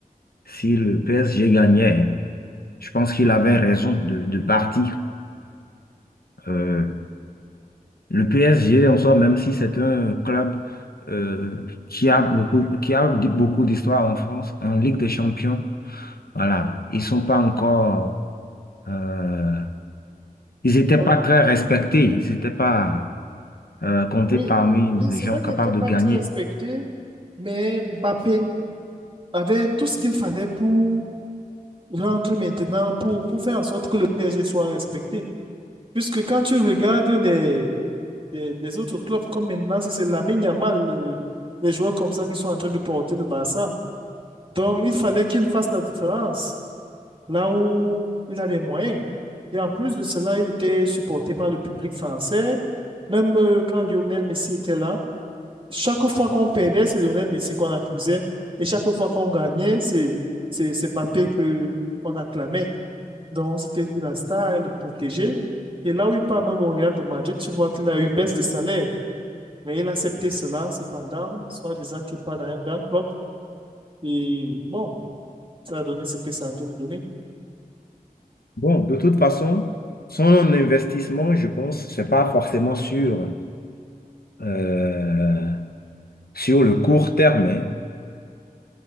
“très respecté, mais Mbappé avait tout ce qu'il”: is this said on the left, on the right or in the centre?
Right